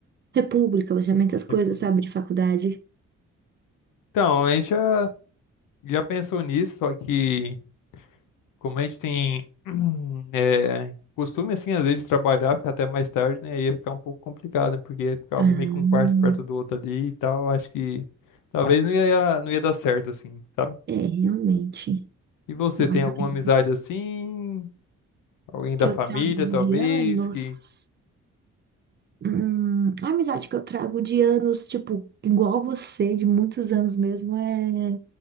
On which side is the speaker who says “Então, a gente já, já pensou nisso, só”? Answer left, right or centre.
Left